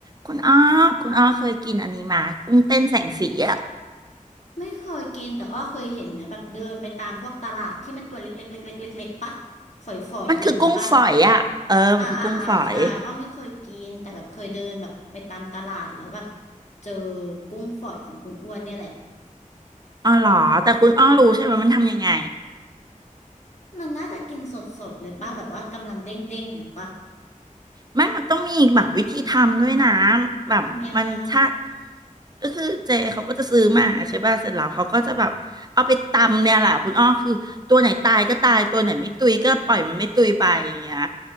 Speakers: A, on the right; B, on the left.
A: คุณอ้อ คุณอ้อเคยกินอันนี้มากุ้งเต้นแสงสีอ่ะ
B: ไม่เคยกินแต่อ้อเคยเห็นนะแบบเดินไปตามพวกตลาดที่มันตัวเล็กๆเล็กๆเล็กๆปะฝอยๆอย่างนี้ปะ
A: มันคือกุ้งฝอยอ่ะเออ
B: อ่าอ่าอ่าใช่อ้อไม่เคยกินแต่แบบเคยเดินแบบไปตามตลาดแล้วแบบ
A: มันคือกุ้งฝอย
B: เจอกุ้งฝอยของคุณอ้วนเนี่ยแหละ
A: อ๋อเหรอ แต่คุณอ้อรู้ใช่ไหมมันทำยังไง
B: มันน่าจะกินสดๆเลยปะแบบว่ากำลังเด้งๆอยู่ปะ
A: ไม่มันต้องมีแบบวิธีทำด้วยนะแบบมันชา
B: ทำยังไง
A: ก็คือเจเขาก็จะซื้อมาใช่ป่ะเสร็จแล้วเขาก็จะแบบเอาไปตำเนี่ยแหละคุณอ้อคือตัวไหนตายก็ตายตัวไหนไม่ตุยก็ปล่อยมันไม่ตุยไปอย่างเงี้ย